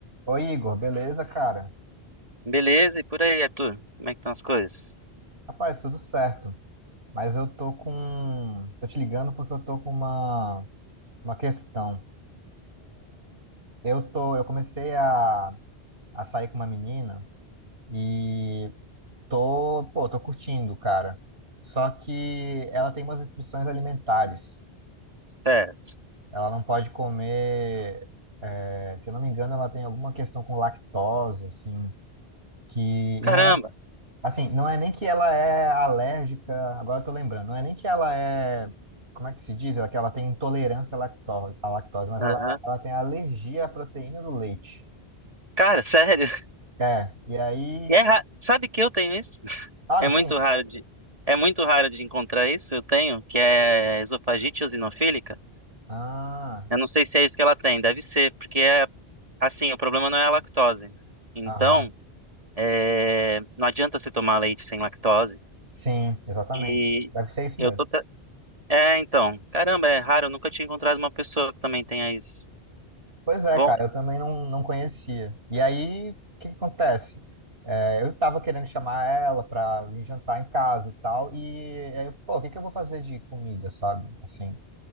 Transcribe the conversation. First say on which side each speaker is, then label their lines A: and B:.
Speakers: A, on the right (about 65°); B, on the right (about 35°).
A: Oi, Igor, beleza, cara?
B: Beleza, e por aí, Arthur? Como é que estão as coisas?
A: Rapaz, tudo certo. Mas eu tô com. Tô te ligando porque eu tô com uma, uma questão. Eu tô. Eu comecei a, a sair com uma menina e tô. Pô, tô curtindo, cara. Só que ela tem umas restrições alimentares.
B: Certo.
A: Ela não pode comer. é, se eu não me engano, ela tem alguma questão com lactose, assim. Que,
B: Caramba.
A: e não é Assim, não é nem que ela é alérgica, agora eu tô lembrando, não é nem que ela é, como é que se diz? É que ela tem intolerância à lactose, à lactose, mas
B: Aham.
A: ela, ela tem alergia à proteína do leite.
B: Cara, sério. <laughs>
A: É, e aí.
B: E é ra... Sabe que eu tenho isso? <laughs>
A: Ah,
B: É
A: tu
B: muito
A: tem isso?
B: raro de... É muito raro de encontrar isso, eu tenho, que é esofagite eosinofílica.
A: Ah,
B: Eu não sei se é isso que ela tem, deve ser, porque é assim, o problema não é a lactose. Então,
A: aham.
B: é, não adianta você tomar leite sem lactose.
A: Sim, exatamente.
B: E
A: Deve ser isso
B: eu
A: mesmo.
B: tô. tra- É, então. Caramba, é raro, eu nunca tinha encontrado uma pessoa que também tenha isso.
A: Pois é,
B: Bom,
A: cara, eu também não, não conhecia. E aí, o que que acontece? É, eu tava querendo chamar ela pra vir jantar em casa e tal, e aí, pô, o que que eu vou fazer de comida, sabe? Assim.